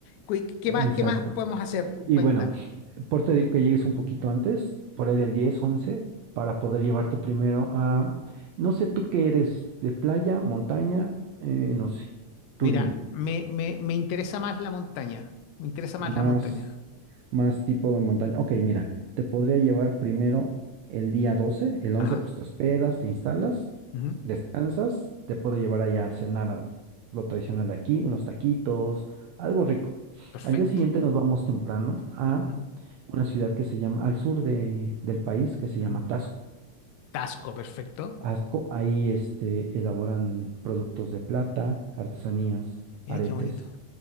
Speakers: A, on the left; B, on the right.
A: Cu- ¿Qué
B: Ah,
A: más,
B: Exacto.
A: qué más podemos hacer?
B: Y
A: Cuenta?
B: bueno. Por eso te digo que llegues un poquito antes, por ahí del 10, 11, para poder llevarte primero a, no sé, tú qué eres, de playa, montaña, Eh, no sé, tú
A: Mira,
B: dime,
A: me, me, me interesa más la montaña. Me interesa más la
B: más.
A: montaña.
B: Más tipo de montaña. Ok, mira, te podría llevar primero el día doce El
A: Ajá.
B: 11 pues te hospedas, te instalas,
A: ujú,
B: descansas. Te puedo llevar allá a cenar a lo tradicional de aquí, unos taquitos, algo rico.
A: Perfecto.
B: Al día siguiente nos vamos temprano a
A: ujú,
B: una ciudad que se llama, al sur de, del país, que se
A: ujú.
B: llama Tasco.
A: Tasco, perfecto.
B: Tasco, ahí este, elaboran productos de plata, artesanías,
A: Mira,
B: aretes
A: qué bonito.